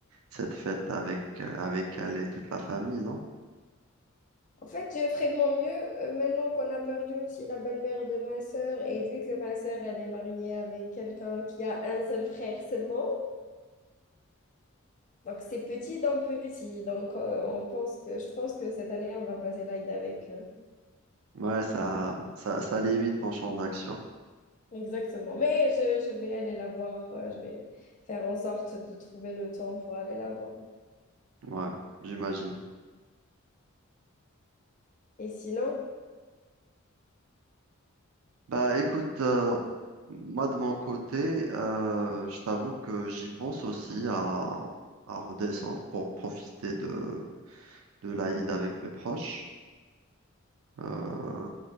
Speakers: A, on the right; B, on the left.
A: cette fête avec, euh, avec elle et toute la famille, non?
B: En fait, je ferai de mon mieux euh, maintenant qu'on a perdu aussi la belle-mère de ma sœur et vu que ma sœur, elle est mariée avec quelqu'un qui a un seul frère seulement. Donc, c'est petit d'un petit. Donc, euh, on pense que, je pense que cette année, on va passer l'Aïd avec eux.
A: Ouais, ça, ça, ça limite ton champ d'action.
B: Exactement. Mais je, je vais aller la voir. euh, Je vais faire en sorte de trouver le temps pour aller la voir.
A: Ouais, j'imagine.
B: Et sinon,
A: Bah écoute, euh, moi de mon côté, euh, je t'avoue que j'y pense aussi à, à redescendre pour profiter de, de l'Aïd avec mes proches. Euh,